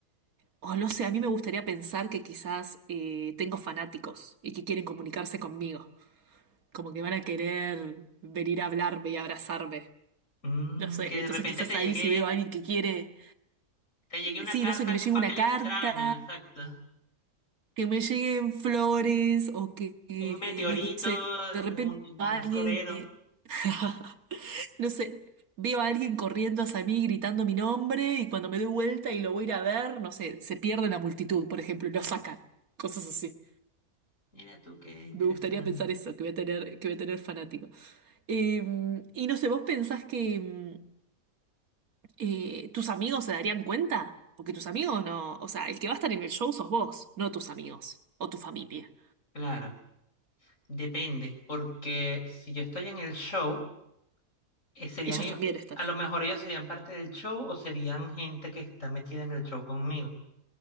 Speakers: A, on the right; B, on the left.
A: o no sé, a mí me gustaría pensar que quizás eh, tengo fanáticos y que quieren comunicarse conmigo, como que van a querer venir a hablarme y abrazarme.
B: Mm,
A: No sé,
B: que
A: entonces
B: de repente
A: quizás
B: te
A: ahí
B: llegue,
A: si veo a alguien que quiere...
B: Te llegué una
A: Sí,
B: carta
A: no sé, que
B: en
A: me
B: un
A: llegue
B: papel
A: una carta,
B: extraño, exacto.
A: que me lleguen flores o que, que,
B: Un meteorito
A: no sé, de
B: en
A: repente
B: un, en
A: alguien
B: un florero.
A: que, <laughs> no sé, veo a alguien corriendo hacia mí gritando mi nombre y cuando me doy vuelta y lo voy a ir a ver, no sé, se pierde en la multitud, por ejemplo, y lo sacan, cosas así.
B: Mira tú, qué interesante.
A: Me gustaría pensar eso, que voy a tener, que voy a tener fanático. Eh, y no sé, ¿vos pensás que, mm, Eh, ¿tus amigos se darían cuenta? Porque tus amigos no, o sea, el que va a estar en el show sos vos, no tus amigos o tu familia.
B: Claro, depende, porque si yo estoy en el show, eh, serían
A: Ellos
B: ellos,
A: también están.
B: a lo mejor ellos serían parte del show o serían gente que está metida en el show conmigo.